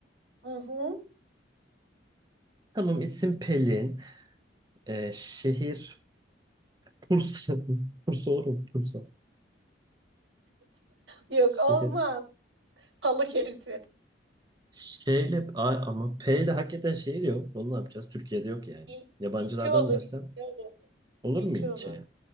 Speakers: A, on the right; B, on the right.
A: Hı hı.
B: Tamam isim Pelin. Ee, şehir Bursa. <laughs> Bursa olur mu? Bursa.
A: Yok
B: Şehir.
A: olmam, Balıkesir.
B: Şeyle A- ama P ile hakikaten şehir yok. Onu ne yapacağız? Türkiye'de yok yani.
A: İl
B: Yabancılardan
A: ilçe olur.
B: versem
A: İlçe olur.
B: olur
A: İlçe
B: mu ilçe?
A: olur.